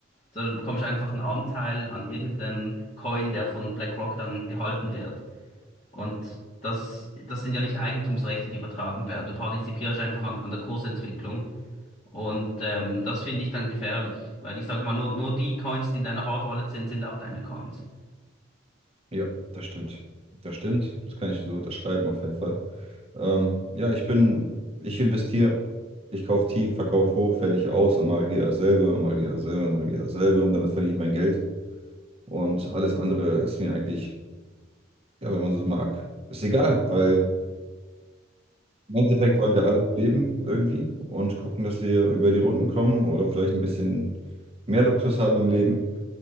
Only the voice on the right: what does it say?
Ja, das stimmt. Das stimmt. Das kann ich so unterschreiben, auf jeden Fall. Ähm, ja, ich bin, ich investiere, ich kaufe tief, verkaufe hoch, fertig aus und mache wieder dasselbe und mache wieder dasselbe und mache wieder dasselbe und damit verdiene ich mein Geld. Und alles andere ist mir eigentlich, ja, wenn man so mag, ist egal, weil Im Endeffekt wollen wir alle noch leben irgendwie und gucken, dass wir über die Runden kommen oder vielleicht ein bisschen mehr Luxus haben im Leben.